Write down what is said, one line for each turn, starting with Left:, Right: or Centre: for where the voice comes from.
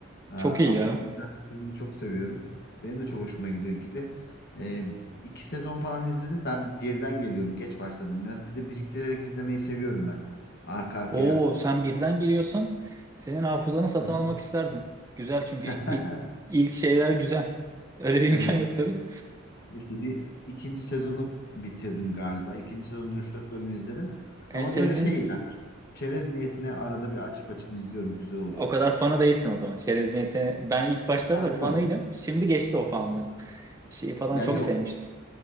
Left: Ee,
Right: Çok
Left: absürt
Right: iyi ya.
Left: mizah türünü çok seviyorum. Benim de çok hoşuma gidiyor gibi. Ee, iki sezon falan izledim. Ben geriden geliyorum. Geç başladım biraz. Bir de biriktirerek izlemeyi seviyorum ben. Arka arkaya.
Right: Oo sen birden geliyorsun. Senin hafızanı satın
Left: Hı hı.
Right: almak isterdim. Güzel çünkü
Left: <laughs>
Right: ilk, ilk, ilk şeyler güzel. Öyle bir imkan
Left: Evet.
Right: yok tabii de.
Left: İşte bir ikinci sezonu bitirdim galiba. İkinci sezonun üç dört bölümü izledim.
Right: En
Left: Ama
Right: sevdiğin
Left: böyle şey yani çerez niyetine arada bir açıp açıp izliyorum. Güzel oluyor
Right: O kadar
Left: ya.
Right: fanı değilsin o zaman. Çerez niyeti. Ben ilk başlarda
Left: Ha
Right: da fanıydım.
Left: yok.
Right: Şimdi geçti o
Left: Hı-hı.
Right: fanlığım. Şeyi falan
Left: Ya
Right: çok
Left: yok.
Right: sevmiştim.